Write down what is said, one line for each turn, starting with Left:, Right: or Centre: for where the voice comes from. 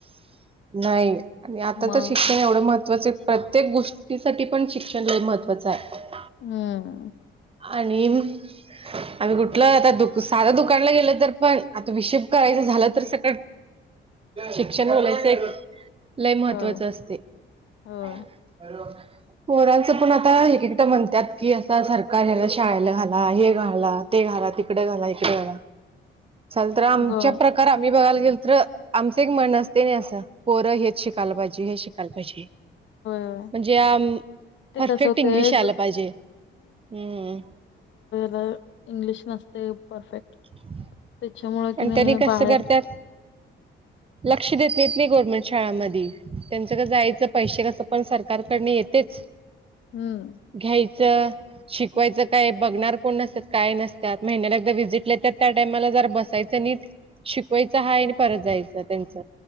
Right: नाही आणि आता
Left: मग
Right: तर शिक्षण एवढं महत् मवा प्रत्येक गोष्टीसाठी पण शिक्षण हे महत्त्वाचं आहे
Left: हम्म
Right: आणि आम्ही कुठलं आता दु साधं दुकानला गेल तर पण आता हिशेप करायचं झालं तर स ते शिक्षण बोलायचं एक लय महत्त्वाच
Left: होय
Right: असते
Left: होय
Right: हॅलो परांचं पण आता एक एकट म्हणतात की असं सरकार ह्याला शाळेला घाला हे घाला ते घाला तिकडे घाला इकडे घला चल तर आमच्या
Left: ग होय
Right: प्रकार ्ही बघायला गेल तर आमचं एक मन असते नाही असं पोरं हेच शिकायला पाहिजे हे शिकायला पाहिजे
Left: होय
Right: म्हणजे
Left: ते
Right: परफेक्ट
Left: कसं होतंय
Right: इंग्लिश आला पाहिजे हम्
Left: ला इंग्लिश नसते परफेक्ट
Right: ह
Left: त्याच्यामुळे
Right: प
Left: की नाही
Right: तरी कसं
Left: बाहेर
Right: करतात लक्ष देत नाहीत नाही गव्हर्मेंट शाळाांमध्ये त्यांचं क जायचं पैसे कसं पण सरकारकडन येतेच <unintelligible>
Left: हम्म
Right: घ्यायचं शिकवायचं काय बघणार कोण नसत काय नसतात महिन्याला एकदा व्हिजिटेतात त्या टाइमाला जर बस नट शिकवायच हा आणि परत जायचं त्यांच